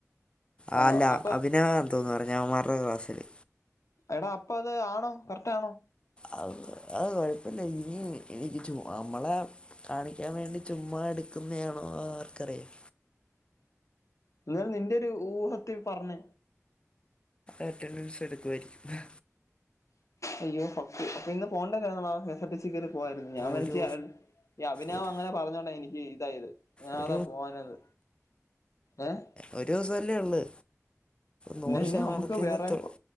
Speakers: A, on the left; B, on the left.
A: ആന്നോ
B: ആഹ് അല്ല
A: അപ്പൊ
B: അഭിനേവം എ തോന്നു പറഞ്ഞു അവൻമാരുടെ ക്ലാസ്സില്
A: എടാ അപ്പ അത് ആണോ കറക്റ്റ് ആണോ
B: അത് അത് കുഴപ്പമില്ല ഇനി എനിക്ക് നമ്മളെ കാണിക്കാൻ വേണ്ടി ചുമ്മാ എടുക്കുന്നതാണോ ആർക്കറിയാം
A: എന്നാൽ നിന്റെ ഒരു ഊഹത്തിൽ പർഞ്ഞെ
B: അറ്റൻഡൻസ് എടുക്കുവായിരിക്കും
A: അയ്യോ ഫ അപ്പോ ഇന്ന് പോണ്ട കാര്യങ്ങള K S R T C കേറി പോവാരുന്നു ഞാൻ വനിച്ച്
B: ഒരു
A: ഈ അഭിനവ്
B: ഒരു
A: അങ്ങനെ പറഞ്ഞോണ്ട എനിക്ക് ഇതായത് ഞാ
B: ഒരു
A: അതാ പോവാഞ്ഞത് ഏഹ്
B: ഒരുസല്ലേള്ളൂ നൂറ്
A: പിന്നെ ഇനി
B: ശതമാനത്തീന്ന്
A: നമുക്ക് വേറെ
B: തൊ